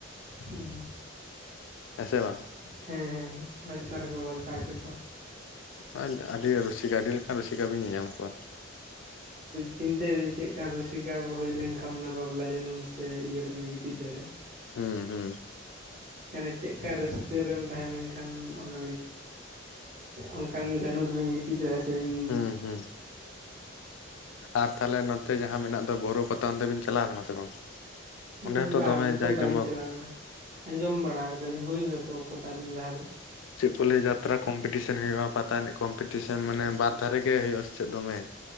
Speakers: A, on the right (about 45°); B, on the left (about 80°).
A: ᱦᱩᱸ
B: ᱦᱮᱸ ᱥᱮ ᱵᱟᱝ
A: ᱦᱮᱸ ᱦᱮᱸᱸ ᱚᱱᱟ ᱪᱮᱛᱟᱱ ᱨᱮᱠᱚ ᱜᱷᱚᱞᱴᱟᱣ ᱦᱚᱪᱚ ᱠᱚᱣᱟ
B: ᱦᱮᱸ ᱟᱹᱰᱤ ᱨᱩᱥᱤᱠᱟ ᱟᱹᱰᱤ ᱞᱮᱠᱟᱱ ᱨᱩᱥᱤᱠᱟ ᱵᱤᱱ ᱧᱮᱞᱧᱟᱢ ᱠᱚᱣᱟ᱾
A: ᱪᱤᱱᱛᱟᱹ ᱵᱤᱱ ᱪᱮᱫᱠᱟᱱ ᱨᱩᱥᱤᱠᱟ ᱦᱩᱭ ᱞᱮᱱᱠᱷᱟᱱ ᱚᱱᱟ ᱵᱟᱯᱞᱟ ᱡᱟᱹᱱᱩᱢ ᱥᱮ ᱤᱭᱟᱹᱟᱹᱨ ᱨᱮᱵᱮᱱ ᱜᱤᱛᱤᱡ᱾ ᱪᱮᱫ ᱫᱟᱲᱮ
B: ᱦᱩᱸ ᱦᱩᱸ᱾
A: ᱡᱮᱱᱮ ᱪᱮᱫ ᱞᱮᱠᱟ ᱨᱟᱹᱥᱠᱟᱹ ᱨᱮᱢ ᱛᱟᱦᱮᱸ ᱞᱮᱱᱠᱷᱟᱱ ᱚᱱᱟ ᱚᱱᱠᱟᱱ ᱡᱟᱹᱱᱩᱢ ᱨᱮᱵᱤᱱ ᱜᱤᱛᱤᱡ ᱫᱟᱲᱮᱭᱟᱜ-ᱟ ᱥᱮᱵᱤᱱ
B: ᱦᱩᱸ ᱦᱩᱸ ᱟᱨ ᱛᱟᱦᱞᱮ ᱱᱚᱛᱮ ᱡᱟᱦᱟᱸ ᱢᱮᱱᱟᱜ ᱫᱚ ᱵᱩᱨᱩ ᱯᱟᱚᱛᱟᱢ ᱛᱮᱵᱤᱱ ᱪᱟᱞᱟᱣ ᱠᱟᱱᱟ ᱥᱮ ᱵᱟᱝ? ᱚᱸᱰᱮ
A: ᱩᱸ
B: ᱦᱚᱸᱛᱚ
A: ᱵᱟᱝ
B: ᱫᱚᱢᱮ
A: ᱮᱱᱛᱮ
B: ᱡᱟᱠ
A: ᱵᱟᱹᱞᱤᱧ
B: ᱡᱚᱢᱚᱠ
A: ᱪᱟᱞᱟᱣ ᱟᱠᱟᱱᱟ᱾ ᱟᱸᱡᱚᱢ ᱵᱟᱲᱟ ᱠᱮᱫᱫᱟᱞᱤᱧ ᱦᱩᱭᱱᱟᱛᱚ ᱠᱚᱴᱟ ᱫᱤᱱ ᱞᱟᱦᱟ ᱜᱮ᱾
B: ᱠᱩᱞᱮ ᱡᱟᱛᱨᱟ ᱠᱚᱢᱯᱤᱴᱤᱥᱮᱱ ᱦᱩᱭᱩᱜᱼᱟ ᱯᱟᱛᱟ ᱮᱱᱮᱡ ᱠᱚᱢᱯᱤᱴᱤᱥᱮᱱ ᱢᱟᱱᱮ ᱵᱟᱨ ᱫᱷᱟᱨᱮ ᱜᱮ ᱦᱩᱭᱩᱜᱼᱟ ᱥᱮ ᱪᱮᱫ ᱫᱚᱢᱮ᱾